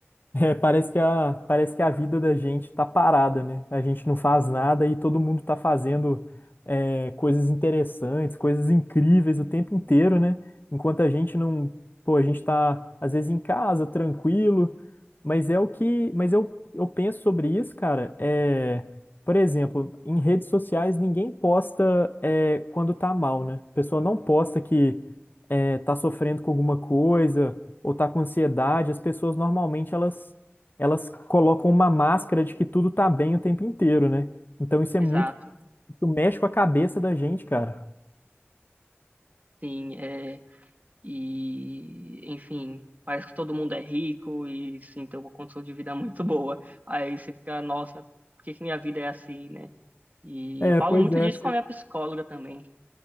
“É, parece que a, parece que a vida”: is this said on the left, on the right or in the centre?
Left